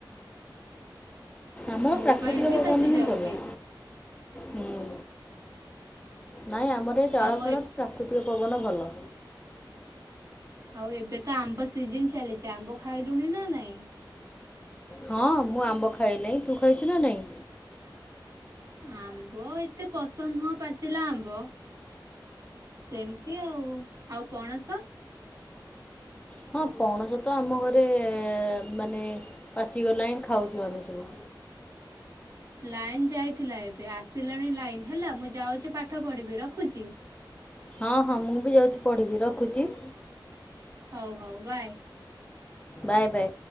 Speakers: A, on the left; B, on the right.
A: ଆମର
B: ମୋବାଇଲ୍
A: ପ୍ରାକୃତିକ
B: ବି
A: ପବନ
B: ତାତି
A: ହଁ
B: ଯାଉଛି
A: ଭଲ। ହୁଁ ନାଇଁ ଆମର ଏ ଚାଳଘର
B: ଆଉ
A: ପ୍ରାକୃତିକ ପବନ। ଭଲ
B: ଆଉ ଏବେ ତ ଆମ୍ବ ସିଜନ ଚାଲିଛି ଆମ୍ବ ଖାଇଲୁଣି ନା ନାଇଁ?
A: ହଁ ମୁଁ ଆମ୍ବ ଖାଇଲି ତୁ ଖାଇଛୁ ନା ନାଇଁ?
B: ଆମ୍ବ ଏତେ ପସନ୍ଦ ନୁହଁ ପାଚିଲା ଆମ୍ବ ସେମତି ଆଉ ଆଉ ପଣସ
A: ହଁ ପଣସ ତ ଆମ ଘରେ ମାନେ ପାଚିଗଲାଣିିଁ ଖାଉଛୁ ଆମେ ସବୁ
B: ଲାଇନ ଯାଇଥିଲା ଏବେ ଆସିଲାଣି ଲାଇନ ହେଲା ମୁଁ ଯାଉଛି ପାଠ ପଢିବି ରଖୁଛି।
A: ହଁ ହଁ ମୁଁ ବି ଯାଉଛି ପଢିବି ରଖୁଛି।
B: ହଉ ହଉ ବାଏ।
A: Bye bye.